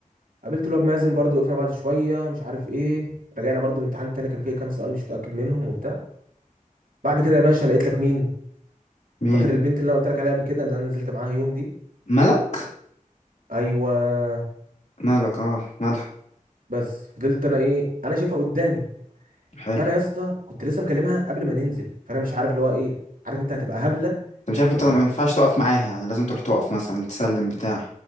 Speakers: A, on the right; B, on the left.
A: قابلت الواد مازن برضو وقفنا بعد شويه مش عارف ايه رجعنا برضو الامتحان التاني كان فيه كام سؤال مش متاكد منهم وبتاع بعد كده يا باشا لقيت لك مين
B: مين
A: فاكر البنت اللي انا قلت لك عليها قبل كده اللي انا نزلت معاها يوم دي
B: ملك
A: ايوه
B: مالك اه مالك
A: بس فضلت انا ايه انا شايفها قدامي
B: حلو
A: فانا يا اسطى كنت لسه مكلمها قبل ما ننزل فانا مش عارف اللي هو ايه عارف انت هتبقى هبله
B: انت مش عارف
A: هتبقى
B: انت ما
A: أحسن
B: ينفعش تقف معاها يعني لازم تروح تقف مثلا تسلم بتاع